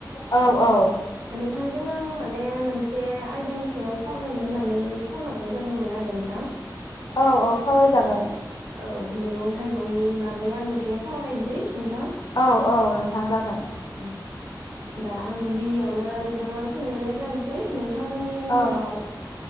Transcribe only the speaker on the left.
औ औ
औ औ सावरायजागोन
औ औ नोंथां जागोन
औ